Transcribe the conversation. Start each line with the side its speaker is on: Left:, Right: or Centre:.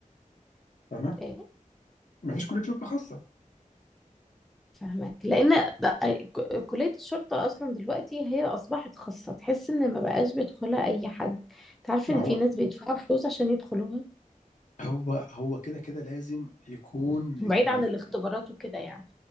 Left: فاهمه
Centre: إيه،
Left: ما فيش كليه شرطه خاصه
Centre: فاهمك لان ده- ك- كلية الشرطة اصلا دلوقتي هي اصبحت خاصة تحس ان ما بقاش بيدخلها اي حد تعرف
Left: ما
Centre: ان
Left: هو
Centre: في ناس بيدفعوا فلوس عشان يدخلوها
Left: هو هو كده كده لازم يكون
Centre: بعيد
Left: الموضوع
Centre: عن الاختبارات وكده يعني